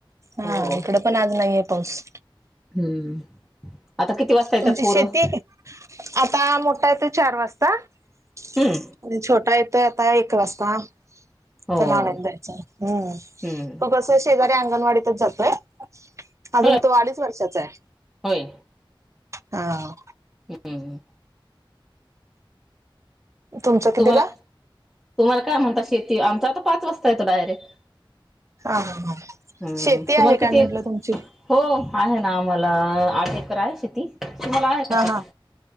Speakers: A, on the right; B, in the centre.
A: हा
B: हो
A: इकडे पण आज नाही आहे पाऊस
B: हम्म आता किती वाजता येतात
A: तुमची
B: पोरं?
A: शेती आहे आता मोठा येत चार वाजता आणि
B: हम्म
A: छोटा य तेता एक वास्ता
B: होय
A: त्याला आणून द्या हम्म
B: हम्म
A: म कस शेजारी अंगणवाडीतच जातोय अजून
B: होय
A: तो अडीच वर्षाचा आहे
B: होय
A: हा
B: हम्म
A: तुमचं कितीला
B: तुम्हाला तुम्हाला काय म्हणता शेती आमचा आता पाच वाजता येतो डायरेक्ट
A: हा
B: हम्म
A: शेती
B: तुम्हाला
A: आहे काय
B: किती
A: म्हटलं तुमची?
B: हो आहे ना आम्हाला आठ एकर आहे शेती तुम्हाला आहे का
A: हा
B: शेती?
A: हा